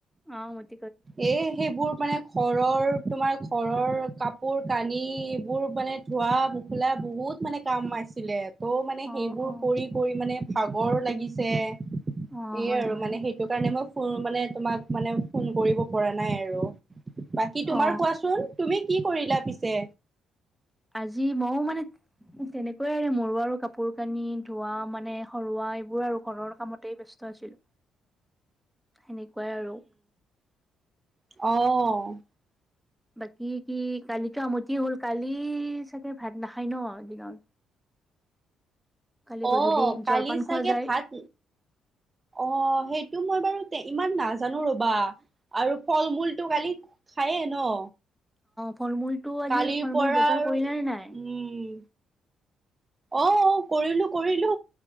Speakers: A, in the centre; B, on the right.
A: অ আ
B: এ সেইবোৰ মানে ঘৰৰ তোমাৰ ঘৰৰ কাপোৰ কানি এইবোৰ মানে ধোৱা পোখোলা বহুত বহুত মানে কাম আছিলে। ত' মানে
A: অ
B: সেইবোৰ
A: অ
B: কৰি কৰি মানে ভাগৰো লাগিছে।
A: অ
B: এয়ে
A: হয়
B: আৰু
A: হয়
B: মানে সেইটো কাৰণে মই ফোন মানে তোমাক মানে ফোন কৰিব পৰা নাই আৰু। বাকী তোমাৰ
A: অ
B: কোৱাচোন তুমি কি কৰিলা পিছে
A: আজি মইও মানে তেনেকৈয়ে মোৰ আৰু কাপোৰ-কানি ধোৱা মানে সৰুৱা এইবোৰ উপৰৰ কামতে ব্যস্ত আছিলো সেনেকুৱাই আৰু।
B: অঁ।
A: বাকী কি কালিতো আমতিয়ে হ'ল। কালি চাগে ভাত নাখায় ন' দিনত? কালি গধূলি
B: অ কালি
A: জলপান
B: চাগে
A: খোৱা যায়।
B: ভাত, অ হেইটো মই বাৰু তে ইমান নাজানো ৰ'বা আৰু ফল মূল টো কালি খায়েই ন
A: ফলমূল টো আজি
B: কালিৰ
A: ফল
B: পৰা
A: মূল বজাৰ
B: আৰু
A: কৰিলা নে নাই
B: উম, অ অ কৰিলো কৰিলো।